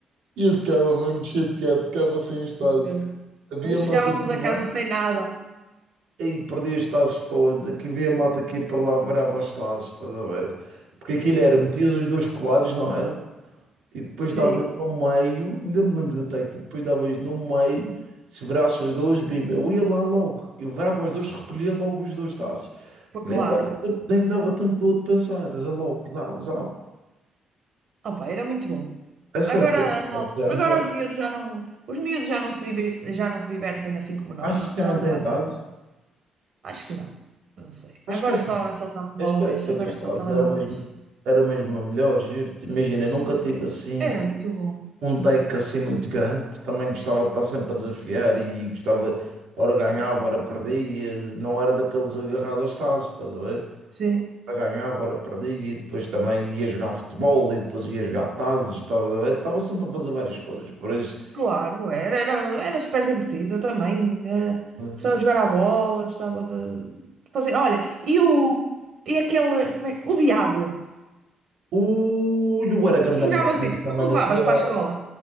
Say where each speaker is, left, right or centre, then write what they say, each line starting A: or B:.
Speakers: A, on the right; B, on the right.
A: E eu ficava mesmo chateado, ficava sem os tazos.
B: Mesmo.
A: Havia
B: Nós
A: malta
B: chegávamos
A: aqui
B: a
A: lá,
B: casa sem nada.
A: aí perdi os tazos todos. Aqui havia malta aqui para lá, virava os tazos, estás a ver? Porque aquilo era,
B: Ok.
A: metias os dois colados, não era? E depois
B: Sim,
A: davas no meio, ainda me lembro da take, depois davas no meio, se virasse os dois, bimba, eu ia lá logo, eu virava os dois, recolhia logo os dois taços.
B: pô,
A: Nem
B: claro.
A: dava tempo, nem dava tempo do outro pensar, era logo, dá, usava.
B: Opa, era muito bom.
A: É Essa
B: Agora,
A: época dos
B: malta,
A: tazos é a melhor.
B: agora os miúdos já não, os miúdos já não se divertem, já não se divertem assim como nós.
A: Achas que já
B: Já
A: não
B: não
A: tem
B: fazem.
A: tazos?
B: Acho que não. Não sei.
A: Acho
B: Agora
A: que esta,
B: só, é só telemóveis.
A: esta época
B: Agora
A: dos
B: é
A: tazos
B: só telemóveis.
A: era mesmo, era mesmo a melhor, juro-te. Imagina, eu nunca tive assim.
B: Era muito bom.
A: um deck assim muito grande, porque também gostava de estar sempre a desafiar e gostava, ora ganhava, ora perdia, não era daqueles agarrados aos tazos, estás a ver?
B: Sim.
A: Ora ganhava, ora perdia, e depois também ia jogar futebol e depois ia jogar tazos, estavas a ver? Estava sempre a fazer várias coisas, por isso.
B: Claro, era, era, era super divertido eu também. Era,
A: eh,
B: gostava de jogar à bola, gostava de de fazer. Olha, e o e aquele. como é- o Diablo.
A: Ui, eu era grande
B: Jogavas
A: máquina
B: isso,
A: também
B: não levavas
A: não tinha-
B: para a escola.